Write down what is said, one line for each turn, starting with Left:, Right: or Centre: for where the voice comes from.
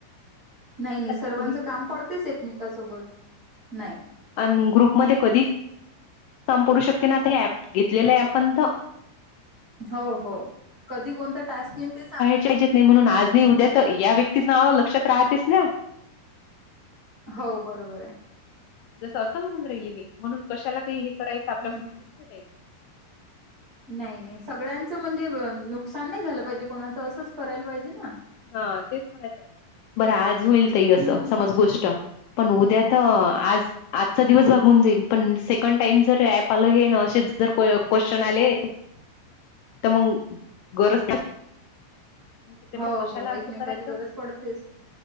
Right: नाहीं नाहीं सर्वांचं
Left: कोणी
Right: कामं पडतेचं एकमेकांसोबतं नाहीं
Left: आणि ग्रुपमध्यें कधीं पडूं शकते नां आंता हां ऍप घेतलेलं आहे आपणं तरं
Right: हो हो कधीं कोणंता टांस्क येईल ते सांगतात
Left: जेतं नाहीं म्हणूंन आंज नाहीं उद्यां तरं यां व्यक्तीचं नांव लक्षांत राहतेस नां
Right: हो बरोबर आहे
Left: जसं असं म्हणूंन राहिली मी म्हणूंन कशांला कांहीं हे करायचं आपल्यांकडूंन
Right: हम्म
Left: मस्तं
Right: नाहीं नाहीं सगळ्यांचं म्हणजे नुकसांन नाहीं झालं पाहिजे कोणाचं असंच करायला पाहिजे ना
Left: हां तेचं म्हणतं आहे बरं आंज होईल ताई असं
Right: हम्म
Left: समजं गोष्ट पणं उद्यां तरं आंज आंजचा दिवसं भाघूंन जाईल पणं सेकंड टाईम जरं ऍप आलं हे नां असेच जरं क्वेश्चन आले.
Right: <unintelligible>
Left: तरं मंग गरजं त्यां मंग त्यांच्या
Right: हो
Left: कशांला
Right: हो
Left: असं
Right: एकमेकाची
Left: करायचं
Right: गरज पडतेच